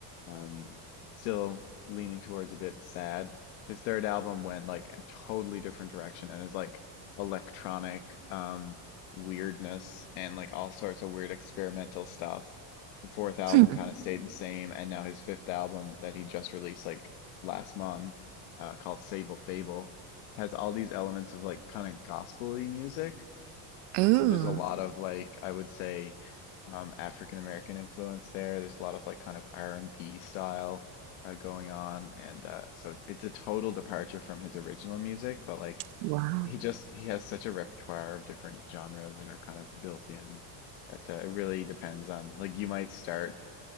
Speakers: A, on the left; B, on the right.
A: um, still leaning towards a bit sad. His third album went like a totally different direction and is like electronic um, weirdness and like all sorts of weird experimental stuff. The fourth album
B: Hmm.
A: kind of stayed the same, and now his fifth album that he just released like last month, uh, called Sable Fable has all these elements of like kind of gospely music.
B: Ooh,
A: So there's a lot of like I would say um, African American influence there. There's a lot of like kind of R&B style uh, going on, and uh, so it's, it's a total departure from his original music. But like
B: wow.
A: he just he has such a repertoire of different genres that are kind of built in that uh, it really depends on like you might start